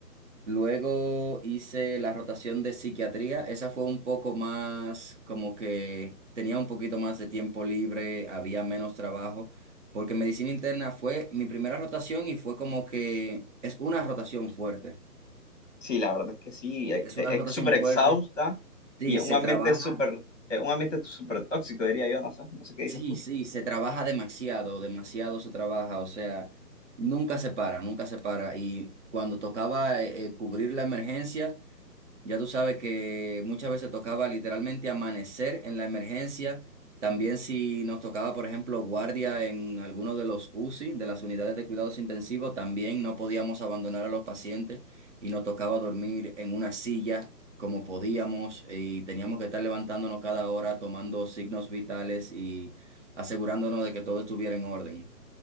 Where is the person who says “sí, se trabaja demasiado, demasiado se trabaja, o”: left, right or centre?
Right